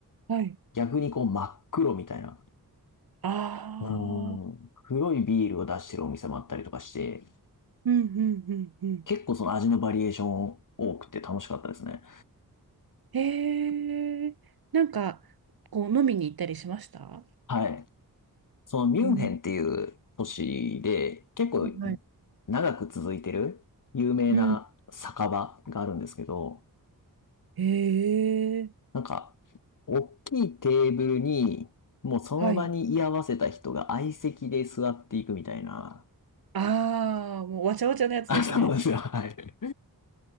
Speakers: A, on the right; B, on the left.
A: はい。
B: 逆にこう、真っ黒みたいな、
A: あ
B: うーん、
A: あ、
B: 黒いビールを出してるお店もあったりとかして、
A: うん、うん、うん、うん。
B: 結構その味のバリエーション多くて楽しかったですね。
A: ええなんか、こう、飲みに行ったりしました
B: はい。そのミュンヘンっていう都市で結構
A: うん。はい。
B: 長く続いてる有名な酒場があるんですけど、
A: うん。ええ
B: なんか大きいテーブルにもうその場に居合わせた人が相席で座っていくみたいな。
A: はい。ああ、もうわちゃわちゃのやつですね。
B: あ、そうですよ。はい。